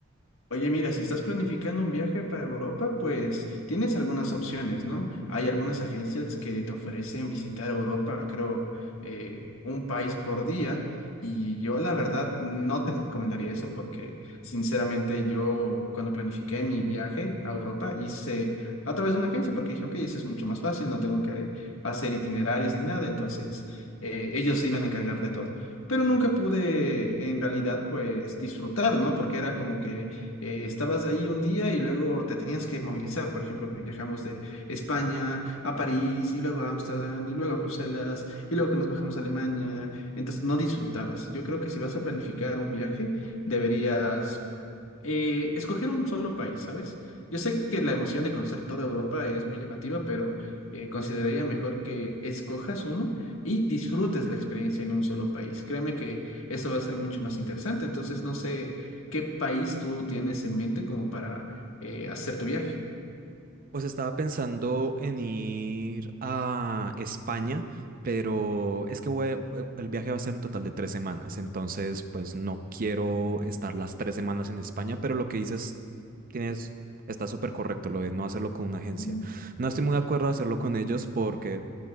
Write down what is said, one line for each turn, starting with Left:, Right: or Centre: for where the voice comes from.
Left: Oye, mira, si estás planificando un viaje para Europa, pues tienes algunas opciones, ¿no? Hay algunas agencias que te ofrecen visitar Europa, creo, eh, un país por día. Y yo la verdad no te recomendaría eso porque sinceramente yo cuando planifiqué mi viaje a Europa hice a través de una agencia porque dije, ok, eso es mucho más fácil, no tengo que hacer itinerarios ni nada, entonces eh, ellos se iban a encargar de todo. Pero nunca pude en realidad pues disfrutar, ¿no? Porque era como que eh, estabas ahí un día y luego te tenías que movilizar. Por ejemplo, viajamos de España a París y luego a Ámsterdam y luego a Bruselas y luego que nos bajamos a Alemania. Entonces no disfrutabas. Yo creo que si vas a planificar un viaje, deberías eh, escoger un solo país, ¿sabes? Yo sé que la emoción de conocer toda Europa es muy llamativa, pero eh, consideraría mejor que escojas uno y disfrutes la experiencia en un solo país. Créeme que eso va a ser mucho más interesante. Entonces, no sé qué país tú tienes en mente como para eh, hacer tu viaje.
Right: Pues estaba pensando en ir a España, pero es que voy- eh, el viaje va a ser un total de tres semanas, entonces pues no quiero estar las tres semanas en España, pero lo que dices tienes, está súper correcto, lo de no hacerlo con una agencia.
Left: Mm.
Right: No estoy muy de acuerdo de hacerlo con ellos porque